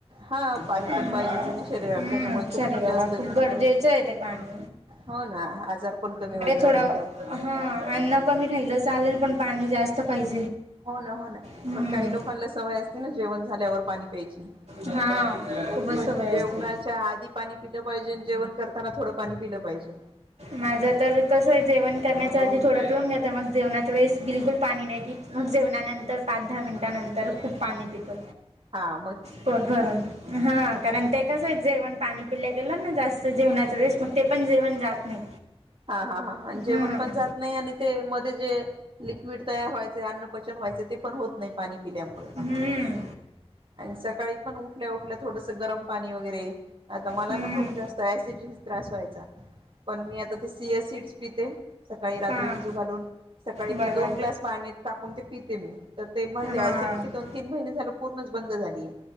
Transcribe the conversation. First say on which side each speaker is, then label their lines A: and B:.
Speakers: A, on the right; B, on the right.
A: हा पाणी
B: पाणी
A: पण पाहिजेच आहे ना शरीराला त्याच्यामुळे खूप
B: शरीराला
A: जास्त
B: खूप गरजेचं आहे ते पाणी
A: हो ना आजार पण कमी होत जाते
B: थोडं
A: तेवढ
B: ह अन्न कमी खाल्ल चालेल पण पाणी जास्त पाहिजे
A: हो ना हो ना
B: हम्म
A: पण काही लोकांना सवय असते ना जेवण झाल्यावर पाणी प्यायची
B: हा खूपच
A: पण
B: सवय
A: जेवणाच्या
B: असते
A: आधी पाणी पिलं पाहिजे आणि जेवण करताना थोडं पाणी पिलं पाहिजे
B: माझ तर कस जेवण करण्याच्या आधी थोडं पिऊून टाकायचं तर मग जेवणाच्या वेळेस बिलकुल पाणी नाही प मग जेवणानंतर पाच दहा मिनिटानंतर खूप पाणी पितो
A: हा म
B: पोट भरून हा कारण ते कसं जेवून पाणी पिलं गेलं ना जास्त जेवणाच वेळेस मग ते पण जेवण जात नाही
A: हा हा हा आणि जेवण
B: हां
A: पण जात नाही आणि ते मध्ये जे लिक्विड तयार व्हायचे अन्नपचन व्हायचे ते पण होत नाही पाणी पील्यामुळे
B: हम्म,
A: आणि सकाळी पण उठल्या उठल्या थोडसं गरम पाणी वगैरे आता मला
B: हम्म.
A: ना खूप जास्त ऍसिड चा त्रास व्हायचा पण मी आता ते चीया सीड्स पिते सकाळी रात्री
B: हां
A: भिजत घालून सकाळी मग
B: बरोबर
A: दोन ग्लास पाणी टाकून ते पीतेे मी तर ते म्हझे
B: हां
A: ऍसिडिटी दोन तीन महिने झाले पूर्णच बंद झाली